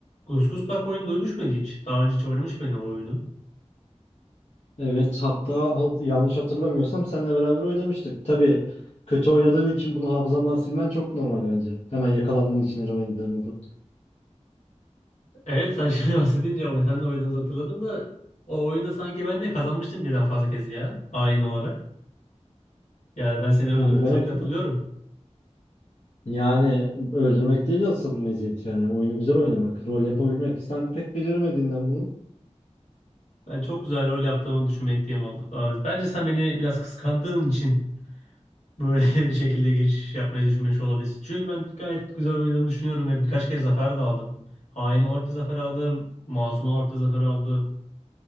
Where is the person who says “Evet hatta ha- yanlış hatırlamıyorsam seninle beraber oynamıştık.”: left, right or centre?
Left